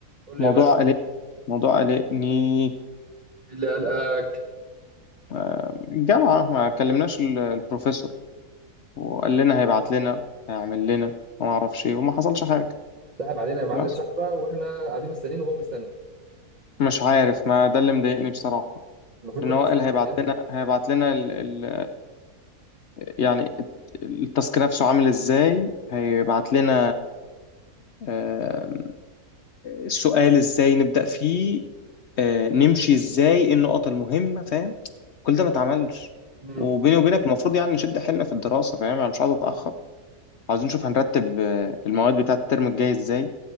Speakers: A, on the right (about 30°); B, on the left (about 65°).
A: قول
B: موضوع
A: لي يا باشا
B: قلق موضوع قلقني
A: إيه اللي قلقك
B: آه، الجامعة ما كلمناش ال- البروفيسور وقال لنا هيبعت لنا هيعمل لنا وما اعرفش ايه وما حصلش حاجة
A: سحب علينا يا معلم
B: بس
A: سحبه واحنا قاعدين مستنيين وهو مستني
B: مش عارف ما ده اللي مضايقني بصراحة
A: المفروض
B: لأن
A: كنا
B: هو
A: اصلا
B: قال
A: نستنى
B: هيبعت
A: امتى
B: لنا هيبعت لنا ال ال يعني التاسك نفسه عامل ازاي هيبعت لنا آه، السؤال ازاي نبدأ فيه آه، نمشي ازاي ايه النقط المهمة فاهم كل ده ما اتعملش
A: امم
B: وبيني وبينك المفروض يعني نشد حيلنا في الدراسة فاهم انا مش عايز اتأخر عايزين نشوف هنرتب آه، المواد بتاعة الترم الجاي ازاي